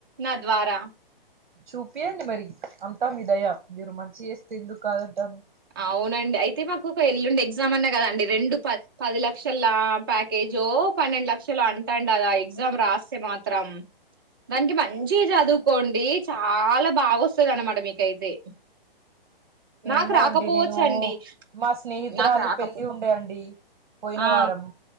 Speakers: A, on the right (about 25°); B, on the right (about 55°).
A: నా ద్వారా
B: చూపియండి మరి అంతా మీ దయ మీరు మంచి చేస్తే ఎందుకు కాదంటాను
A: అవునండి అయితే మాకు ఒక ఎల్లుండి ఎగ్జామ్ అన్నా కదాండి రెండు ప పది లక్షల ప్యాకేజ్ జో పన్నెండు లక్షలు అంటాండ ఆద ఆ ఎగ్జామ్ రాస్తే మాత్రం దానికి మంచి చదువుకోండి చాలా బాగా వస్తది అనమాట మీకైతే నాకు
B: ఏమో
A: రాకపోవచ్చండి.
B: అండి నేను మా స్నేహితురాలి
A: నాకు రాకపో
B: పెళ్ళి ఉండే అండి పోయిన
A: ఆ
B: వారం